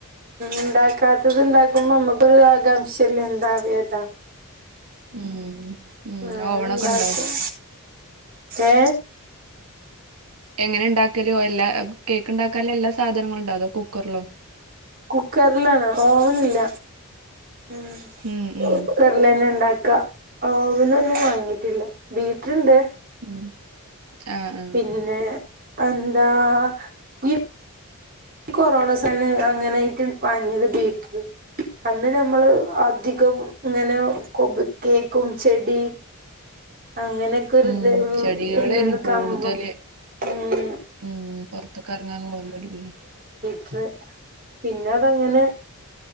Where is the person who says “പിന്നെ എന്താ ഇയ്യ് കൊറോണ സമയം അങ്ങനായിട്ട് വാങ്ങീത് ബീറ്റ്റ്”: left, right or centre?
Right